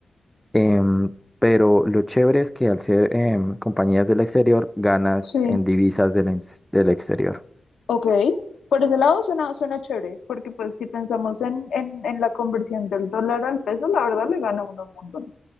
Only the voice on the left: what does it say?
sí.
Ok. Por ese lado suena, suena chévere, porque pues si pensamos en, en, en la conversión del dólar al peso, la verdad le gana uno un montón.